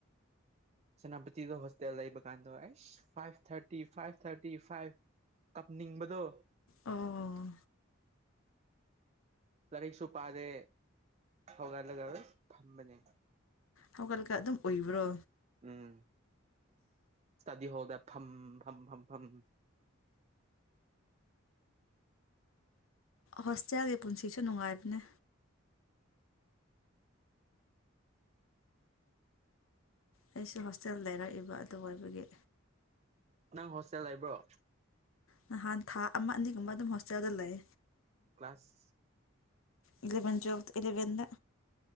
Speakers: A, on the right; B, on the left.
A: ꯁꯦꯅꯥꯄꯇꯤꯗ ꯍꯣꯁꯇꯦꯜ ꯂꯩꯕ ꯀꯥꯟꯗꯣ ꯑꯦꯁ five thirty five thirty five ꯀꯞꯅꯤꯡꯕꯗꯣ
B: ꯑꯣ
A: ꯂꯥꯏꯔꯤꯛꯁꯨ ꯄꯥꯗꯦ ꯍꯧꯒꯠꯂꯒ ꯐꯝꯕꯅꯦ
B: ꯍꯧꯒꯠꯂꯒ ꯑꯗꯨꯝ ꯎꯏꯕ꯭ꯔꯣ
A: ꯎꯝ ꯗꯤ ꯍꯣꯜꯗ ꯐꯝ ꯐꯝ ꯐꯝ ꯐꯝ
B: ꯍꯣꯁꯇꯦꯜꯒꯤ ꯄꯨꯟꯁꯤꯁꯨ ꯅꯨꯡꯉꯥꯏꯕꯅꯦ ꯑꯩꯁꯨ ꯍꯣꯁꯇꯦꯜ ꯂꯩꯔꯛꯑꯦꯕ ꯑꯗꯨ ꯑꯣꯏꯕꯒꯤ
A: ꯅꯪ ꯍꯣꯁꯇꯦꯜ ꯂꯩꯕ꯭ꯔꯣ
B: ꯅꯍꯥꯟ ꯊꯥ ꯑꯃ ꯑꯅꯤꯒꯨꯝꯕ ꯑꯗꯨꯝ ꯍꯣꯁꯇꯦꯜꯗ ꯂꯩ
A: ꯀ꯭ꯂꯥꯁ
B: ꯏꯂꯦꯚꯦꯟ ꯇ꯭ꯨꯋꯦꯜ ꯏꯂꯦꯚꯦꯟꯗ